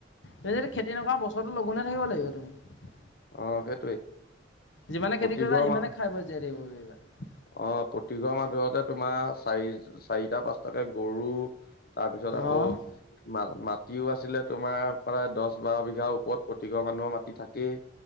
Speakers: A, on the left; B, on the left.
A: তুমি যদি খেতি নকৰা বছৰটো লঘোনে থাকিব লাগিব তুমি।
B: অ সেইটোৱে
A: যিমানে
B: প্ৰতিঘৰ
A: খেতি কৰিবা সিমানে
B: মা
A: খাই বৈ জীয়াই থাকিব পাৰিবা।
B: অ' প্ৰতিঘৰ মানুহটে তোমাৰ চাৰি চাৰিটা পাঁচটাকে গৰু তাৰপিছত আকৌ
A: অঁ
B: মা মাটিও আছিলে তোমাৰ প্ৰায় দহ-বাৰ বিঘাৰ ওপৰত প্ৰতিঘৰ মানুহৰ মাটি থাকেই।